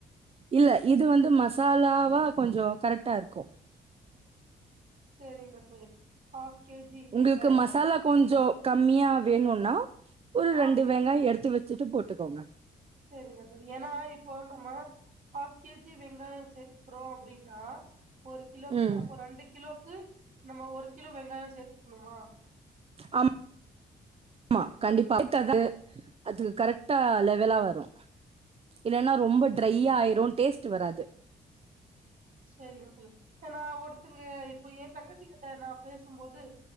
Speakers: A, on the right; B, on the right.
A: இல்ல இது வந்து மசாலாவா கொஞ்சோ கரெக்டா இருக்கு
B: சேரிங்க தோழி ஹாஃப் கேஜி
A: உங்களுக்கு
B: வெங்காயமா
A: மசாலா கொஞ்சோ கம்மியா வேணுன்னா ஒரு
B: ஹாஃப்
A: ரெண்டு வெங்காயோ எடுத்து வெச்சுட்டு போட்டுக்கோங்க
B: சேரிங்க தோழி ஏனா இப்போ நம்ம ஆஃப் கேஜி வெங்காயோ சேத்துக்குறோ அப்டின்னா ஒரு கிலோக்கு
A: ம்.
B: அப்போ ரெண்டு கிலோக்கு நம்ம ஒரு கிலோ வெங்காயோ சேத்துக்குன்னுமா
A: அம் ஆமா கண்டிப்பா அது அது கரெக்ட்டா லெவலா வரு இல்லன்னா ரொம்ப
B: செரிங்க
A: ட்ரையாயிரு
B: தோழி
A: டேஸ்ட்டு வராது
B: சேரிங்க தோழி நா ஒருத்தங்க இப்போ ஏ தங்கச்சி கிட்ட நா பேசும்போது